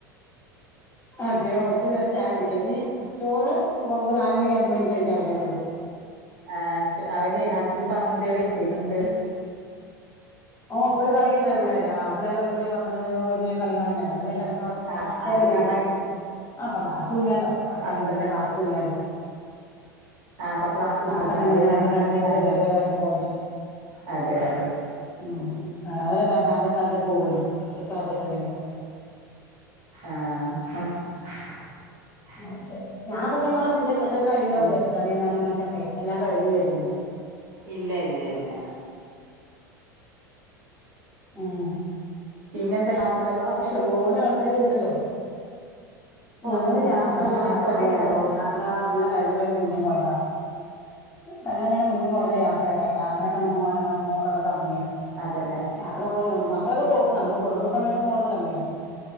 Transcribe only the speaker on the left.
അതെയോ ഉച്ച നേരം ചായ ടി ക്കാ ഇ നി ചോറ് നമക്ക് നാല് മണിക്ക് അഞ്ചു മണിക്ക് കഴിക്കാ പറയാ അവനോട്
ഓ അപ്പൊ കളിണ്ടല്ലോ പിള്ളേരെ ആ ഓപിള്ളേരെ ഒരു മണി പന്ത്രണ്ട് മണി ഒരു മണി കളി കാണ് ണ്ടല്ലോ അത് കയിഞ്ഞിട്ട് അങ്ങനെ ഉറങ്ങി
ഓ
നേരം വൈകും
ആപ്പൊ ക്ലാസ്സു ല്ലാലോപിന്നെ
ക്ലാസ്സും ഇല്ലാല്ലോ
ക്ലാസ്സൊക്കെ
ണ്ടെങ്കി
നേരത്തെ കാലത്ത്
എണീ
ച്ച് അവര് അവരുടെ കാര്യതിന് പോവുലെ
ഉം അവനല്ലാ നാര ത്ത്കാലത്തൊക്കെ പോവല്ലോ ക്ലാസ്സൊക്കെണ്ടെങ്കെ
ആ ശെരി ഞാ സത്യം പറ നിന്റെത് കഴിഞ്ഞുണ്ടാവും
വിചാ രിച്ചി ട്ടാ നീ അന്ന് വിളിച്ചപ്പോ എല്ലാംക ഴിഞ്ഞു വിചാരിച്ചു നിന്റെ
ഉം
ഇഷ്ടംപോലെ ആൾക്കാര് ഇ ണ്ടല്ലോ
ഞങ്ങള് യാത്ര
പോയിട്ടൊക്കെ
കൊറായായടോ
യാത്ര പിള്ള കല്യാണ കയ്യിണ മുന്നേപോയതാ കല്യാണ കയ്യിണ മുന്നേ പോയതാ യാത്രഅയക്കാൻ യാത്ര പോവലൊക്കെ പോക്കൊ ക്കെ കമ്മിയ
യാത്ര പോവല് മക്കളൊക്കെ പോവു നമ്മള് കുടുംബ സമേതം പോകുന്നത് കമ്മിയാ